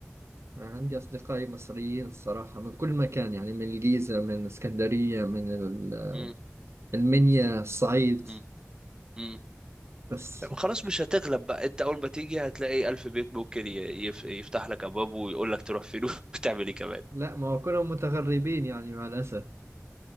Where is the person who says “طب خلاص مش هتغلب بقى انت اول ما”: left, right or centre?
Right